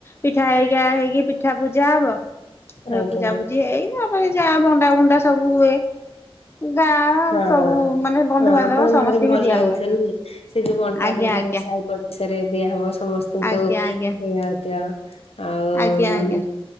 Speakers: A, on the left; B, on the left.
A: ପିଠା ହେରିକା ହେଇକି ପିଠା ପୂଜା ହବ ଫେ
B: ଆଜ୍ଞା।
A: ପୂଜା ପୂଜି ହେଇ ମାନେ ଯାହା ବଣ୍ଡା ବଣ୍ଡା ସବୁ ହୁଏ। ଗାଁ।
B: ହଁ।
A: ସବୁ ମାନେ ବନ୍ଧୁବାନ୍ଧବ
B: ହଁ ଆପଣ
A: ସମସ୍ତଙ୍କୁ
B: ଭାରି ଭଲ
A: ଦିଆ
B: ଲାଗୁଥିବ
A: ହୁଏ।
B: ନାଇଁ। ସେ ଯୋଉ ବଣ୍ଟା
A: ଆଜ୍ଞା
B: ଫଣ୍ଟା
A: ଆଜ୍ଞା
B: ହବ ସାଇ ପଡି ଶାରେ ଦିଆ ହବ ସମସ୍ତଙ୍କୁ
A: ଆଜ୍ଞା ଆଜ୍ଞା
B: ଦିଆ ହଉଥିବ ଆଉଁ।
A: ଆଜ୍ଞା ଆଜ୍ଞା